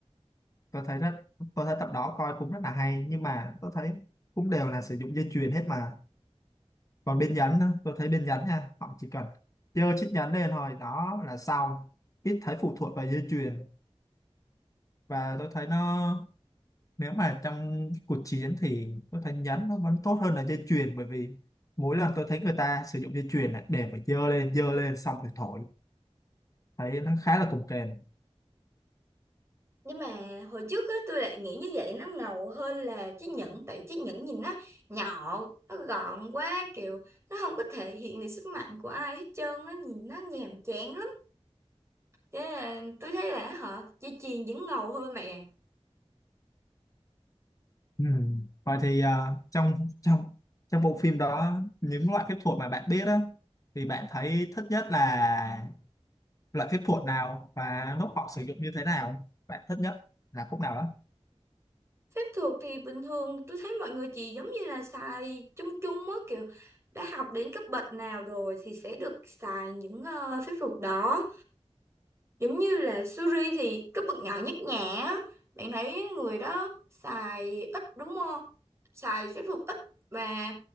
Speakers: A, on the left; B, on the right.
A: tôi thấy rất tôi thấy tập đó coi cũng rất là hay nhưng mà tôi thấy cũng đều là sử dụng dây chuyền hết mà còn bên nhánh á, tôi thấy bên nhánh nha họ chỉ cần dơ chiếc nhánh lên thôi đó là xong ít thấy phụ thuộc vào dây chuyền và tôi thấy nó nếu mà trong cuộc chiến thì tôi thấy nhánh nó vẫn tốt hơn là dây chuyền bởi vì mỗi lần tôi thấy người ta sử dụng dây chuyền này để mà dơ lên dơ lên xong rồi thổi thấy nó khá là cồng kềnh
B: nhưng mà hồi trước á tôi lại nghĩ như vậy nó ngầu hơn là chiếc nhẫn tại chiếc nhẫn nhìn nó nhỏ nó gọn quá kiểu nó không có thể hiện được sức mạnh của ai hết trơn á nhìn nó nhàm chán lắm thế là tôi thấy là họ dây chuyền vẫn ngầu hơn mẹ
A: Ừ. Vậy thì à, trong trong trong bộ phim đó những loại phép thuật mà bạn biết á thì bạn thấy thích nhất là loại phép thuật nào và lúc họ sử dụng như thế nào bạn thích nhất là khúc nào đó
B: Phép thuật thì bình thường tôi thấy mọi người chỉ giống như là xài chung chung á kiểu đã học đến cấp bậc nào rồi thì sẽ được xài những ờ, phép thuật đó. Giống như là Suri thì cấp bậc nhỏ nhất nhã. á. Bạn thấy người đó xài ít đúng không? Xài phép thuật ít và